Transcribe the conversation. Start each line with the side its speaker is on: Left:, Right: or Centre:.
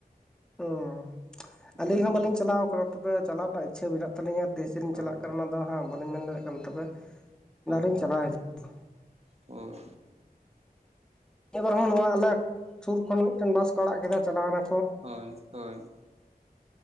Centre: ᱚᱸ
Right: ᱦᱮᱸ
Centre: ᱟᱹᱞᱤᱧ ᱦᱚᱸ ᱵᱟᱹᱞᱤᱧ ᱪᱟᱞᱟᱣ ᱠᱟᱱᱟ ᱛᱚᱵᱮ ᱪᱟᱞᱟᱜᱣ ᱨᱮᱱᱟᱜ ᱤᱪᱪᱷᱟᱹ ᱢᱮᱱᱟᱜ ᱛᱟᱹᱞᱤᱧᱟ ᱛᱮᱥᱮᱫ ᱞᱤᱧ
Right: ᱦᱳᱭ
Centre: ᱪᱟᱞᱟᱜ ᱠᱟᱱᱟ ᱚᱱᱟ ᱫᱚ ᱦᱟᱸᱜ ᱵᱟᱹᱞᱤᱧ ᱢᱮᱱ ᱫᱟᱲᱮᱭᱟᱜ ᱠᱟᱱᱟ᱾ ᱛᱚᱵᱮ
Right: ᱦᱳᱭ
Centre: ᱚᱱᱟᱤᱧ ᱪᱟᱞᱟᱣ ᱦᱤᱡᱩᱜᱼᱟ᱾
Right: ᱦᱳᱭ
Centre: ᱮᱵᱟᱨ ᱦᱚᱸ ᱱᱚᱣᱟ ᱟᱞᱮ ᱥᱩᱨ ᱠᱷᱚᱱ ᱢᱤᱫᱴᱮᱱ ᱵᱟᱥ ᱟᱲᱟᱜ ᱠᱮᱫᱟ ᱪᱟᱞᱟᱣ ᱮᱱᱟ᱾
Right: ᱦᱳᱭ ᱦᱳᱭ